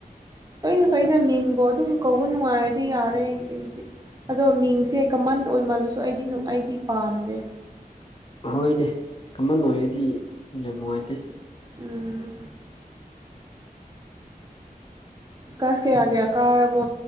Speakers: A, on the right; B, on the left.
A: ꯂꫭꯏꯅ ꯐꯩꯗ ꯃꯤꯡꯕꯨ ꯑꯗꯨꯝ ꯀꯧꯕ ꯅꯨꯡꯉꯥꯏꯔꯗꯤ ꯌꯥꯔꯦ ꯑꯗꯣ ꯃꯤꯡꯁꯦ ꯀꯃꯟ ꯑꯣꯏꯃꯜꯂꯁꯨ ꯑꯩꯗꯤ ꯑꯩꯗꯤ ꯄꯥꯝꯗꯦ
B: ꯍꫭꯏꯅꯦ ꯀꯃꯟ ꯑꯣꯏꯔꯗꯤ ꯌꯥꯝ ꯅꯨꯡꯉꯥꯏꯇꯦ
A: ꯎꯝ ꯀꯥꯁ ꯀꯌꯥ ꯀꯌꯥ ꯀꯥꯔꯕꯣ